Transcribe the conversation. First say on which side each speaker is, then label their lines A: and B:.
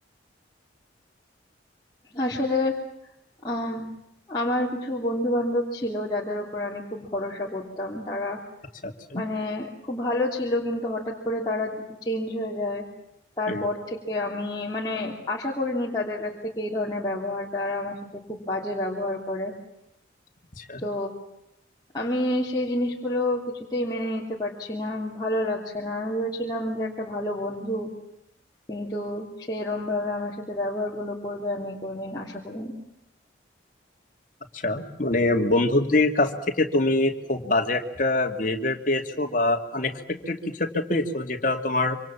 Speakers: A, on the left; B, on the left.
A: আসলে আম, আমার কিছু বন্ধু বান্ধব ছিল যাদের ওপর আমি খুব ভরসা করতাম তারা
B: আচ্ছা আচ্ছা
A: মানে খুব ভালো ছিল কিন্তু হঠাৎ করে তারা চেঞ্জ হয়ে যায় তারপর
B: হ্যাঁ,
A: থেকে আমি মানে আশা করিনি তাদের কাছ থেকে এই ধরনের ব্যবহার তারা আমার সাথে খুব বাজে ব্যবহার করে
B: আচ্ছা
A: তো আমি সেই জিনিসগুলো কিছুতেই মেনে নিতে পারছি না ভালো লাগছে না আমি ভেবেছিলাম যে একটা ভালো বন্ধু কিন্তু সে এরম ভাবে আমার সাথে ব্যবহারগুলো করবে আমি কোনোদিন আশা করিনি
B: আচ্ছা মানে বন্ধুদের কাছ থেকে তুমি খুব বাজে একটা বিহেভিয়ার পেয়েছো বা আনএক্সপেক্টেড কিছু একটা পেয়েছো যেটা তোমার